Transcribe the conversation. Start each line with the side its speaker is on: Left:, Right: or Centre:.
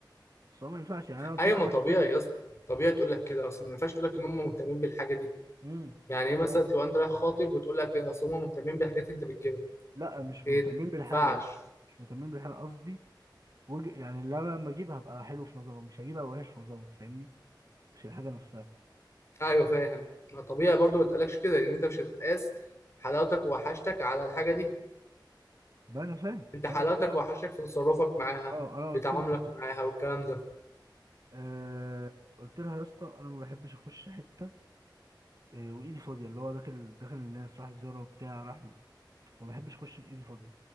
Right: بس هم ما ينفعش يعني انا قلت
Left: ايوه
Right: لها
Left: ما
Right: حتى
Left: طبيعي يا اسطى طبيعي تقول لك كده اصل ما ينفعش تقول لك ان هم مهتمين بالحاجه دي
Right: مم.
Left: يعني ايه مثلا
Right: لا
Left: تبقى انت رايح خاطب وتقول لك اصل هم مهتمين بالحاجات اللي انت بتجيبها
Right: لا مش
Left: ايه
Right: مهتمين
Left: ده
Right: بالحاجه
Left: ما ينفعش
Right: لسه مش مهتمين بالحاجه قصدي وج... يعني اللي انا لما اجيبها هبقى حلو في نظرهم مش هجيبها وحش في نظرهم انت فاهمني مش الحاجه نفسها
Left: ايوه فاهم ما طبيعي برضو ما تقلقش كده لان انت مش هتتقاس حلاوتك ووحشتك على الحاجه دي
Right: ما انا فاهم
Left: انت
Right: فانا
Left: حلاوتك
Right: قلت لها
Left: ووحشتك في تصرفك معاها
Right: اه انا قلت
Left: في تعاملك
Right: لها
Left: معاها والكلام ده
Right: آه... قلت لها يا اسطى انا ما بحبش اخش حته آه... وايدي فاضيه اللي هو داخل داخل الناس راح زياره وبتاع راح ما بحبش اخش بايدي فاضيه